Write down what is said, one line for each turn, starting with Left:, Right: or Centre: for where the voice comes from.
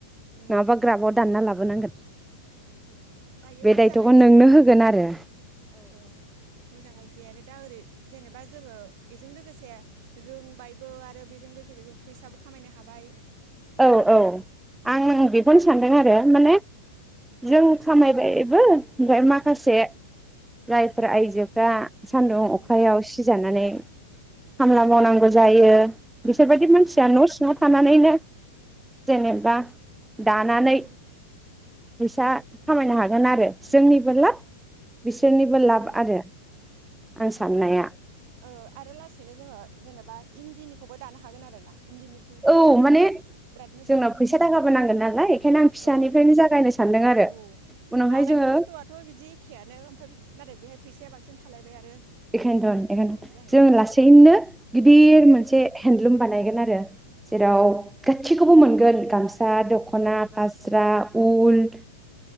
Right: उम
Centre: नङाबा ग्राफआव दानना लाबोनांगोन।
Right: औ जायो
Centre: बे
Right: मोजां
Centre: दायथ'खौ
Right: आइदियायानो
Centre: नोंनो होगोन आरो
Right: औ मोजां आइदियायानो दा ओरै जेनेबा जोङो एजों लोगोसे रोंबायबो आरो बेजों लोगोसे जों फैसाबो खामायनो हाबाय
Centre: औ औ आं बेखौनो सान दों आरो माने
Right: उम
Centre: जों खामायबायबो ओमफ्राय माखासे जायफ्रा आइजोफ्रा सान्दुं
Right: उम
Centre: अखायाव सिजानानै खामला मावनांगौ
Right: उम
Centre: जायो बिसोरबायदि
Right: औ
Centre: मानसिया न' सिङाव थानानैनो जेनेबा दानानै
Right: उम
Centre: फैसा खामायनो हागोन आरो जोंनिबो लाब बिसोरनिबो लाब
Right: औ
Centre: आरो आं साननाया
Right: ओ आरो लासैनो जोङो जेनेबा इन्दिनिखौबो दानो हागोन आरो ना इन्दिनिफ्राय दानो
Centre: औ
Right: हाबाथ'
Centre: माने
Right: बिराद मोजां
Centre: जोंनाव फैसा थाखाबो नांगोन नालाय बेखायनो आं फिसानिफ्रायनो
Right: औ
Centre: जागायनो सानदों आरो
Right: औ
Centre: उनावहाय
Right: दानाय
Centre: जोङो
Right: खस्थ'आथ' बिदि एखेयानो ओमफ्राय नाथाय बेहाय फैसाया बांसिन थां खालायबाय आरो
Centre: एखायनोथन
Right: बिदि जाहैगोन
Centre: जों लासैनो गिदिर
Right: उम
Centre: मोनसे हेन्दलुम बानायगोन आरो जेराव
Right: औ
Centre: गासैखौबो मोनगोन गामसा
Right: औ
Centre: दख'ना
Right: औ
Centre: फास्रा उल्ट